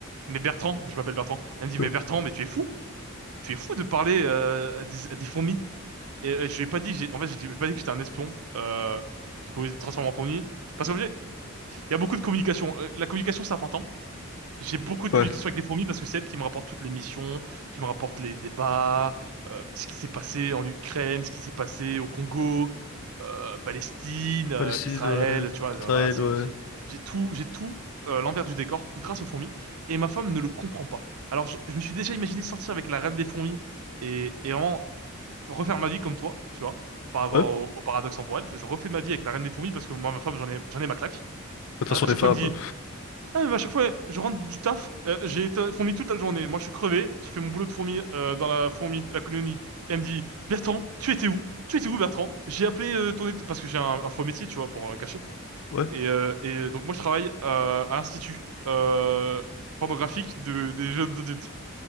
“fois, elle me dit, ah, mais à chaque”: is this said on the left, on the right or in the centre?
Right